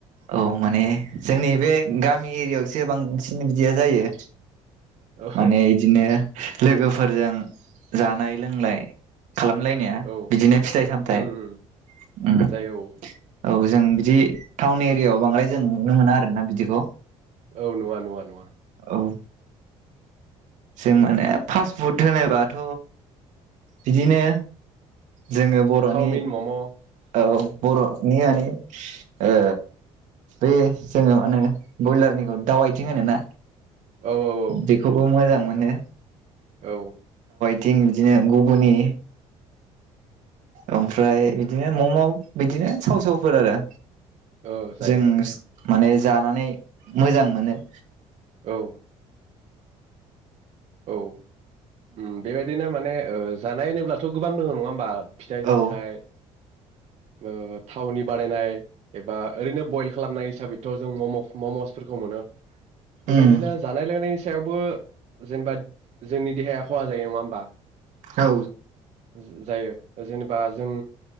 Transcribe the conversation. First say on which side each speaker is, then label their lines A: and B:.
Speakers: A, on the right; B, on the right.
A: औ माने जोंनि बे गामि एरियायावसो बांसिन बिदिया जायो।
B: औ
A: माने दिनो लोगोफोरजों जानाय लोंलाय खालामलायनाया
B: औ
A: बिदिनो फिथाइ सामथाइ
B: उम उम
A: उम
B: जायो औ।
A: औ जों बिदि टाउन एरियायाव बांद्राय जों नुनो मोना आरो ना बिदिखौ।
B: औ नुवा नुवा नुवा।
A: औ जों माने फास्ट फुड होनोबाथ' बिदिनो जोङो बर'नि
B: चावमिन मम' उम
A: औ बर'नि मे ओ बे जोङो माने बयलारनिखौ दाउ आथिं होनो ना।
B: औ औ
A: बेखौबो मोजां मोनो।
B: औ
A: थं बिदिनो गुबुननि ओमफ्राय बिदिनो मम' बिदिनो साव सावफोर आरो।
B: औ जायो
A: जों माने जानानै मोजां मोनो।
B: औ औ उम बेबायदिनो माने ओ जानाय होनोब्लाथ' गोबां दोङ नङा होमबा? फिथाइ सामथाइ
A: औ
B: ओ थावनि बानायनाय एबा ओरैनो बयल खालामनाय हिसाबैथ' जों मम'सफोरखौ मोनो। बेबायदिनो
A: उम
B: जानाय लोंनायनि सायावबो जेनेबा जोंनि देहाया खहा जायो नङा होमबा।
A: औ
B: ज-जायो जेनेबा जों